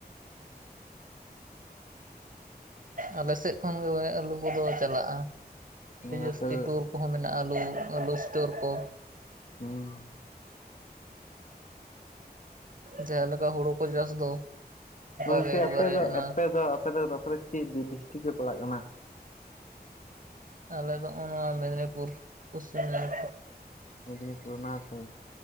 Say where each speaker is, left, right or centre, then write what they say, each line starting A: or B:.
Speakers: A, on the left; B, on the right.
A: ᱦᱩᱸ
B: ᱟᱞᱮ ᱥᱮᱫ ᱠᱷᱚᱱ ᱜᱮ ᱟᱹᱞᱩ ᱠᱚᱫᱚ ᱪᱟᱞᱟᱜᱼᱟ᱾ ᱟᱹᱰᱤ
A: ᱦᱮᱸ
B: ᱡᱟᱹᱥᱛᱤ
A: ᱟᱯᱮ
B: ᱴᱩᱨ ᱠᱚᱦᱚᱸ ᱢᱮᱱᱟᱜ-ᱟ ᱟᱹᱞᱩ-ᱟᱹᱞᱩ ᱤᱥᱴᱳᱨ ᱠᱚ᱾
A: ᱦᱩᱸ
B: ᱡᱟᱦᱟᱸ ᱞᱮᱠᱟ ᱦᱩᱲᱩ ᱠᱚ ᱪᱟᱥ ᱫᱚ ᱚᱱᱠᱟ
A: ᱜᱚᱝᱠᱮ
B: ᱜᱮ ᱮᱠᱵᱟᱨᱮ
A: ᱟᱯᱮ ᱫᱚ
B: ᱚᱱᱟ
A: ᱟᱯᱮ ᱫᱚ ᱟᱯᱮ ᱫᱚ ᱛᱟᱯᱚᱨᱮ ᱪᱮᱫ ᱰᱤᱥᱴᱤᱠ ᱨᱮ ᱯᱟᱲᱟᱜ ᱠᱟᱱᱟ?
B: ᱟᱞᱮ ᱫᱚ ᱱᱚᱜᱼᱚ ᱱᱚᱣᱟ ᱢᱮᱫᱽᱱᱤᱯᱩᱨ, ᱯᱚᱥᱪᱤᱢ ᱢᱮᱫᱽᱱᱤ
A: ᱢᱤᱫᱫᱽᱱᱤᱯᱩᱨᱩᱨ ᱚᱱᱟᱛᱮ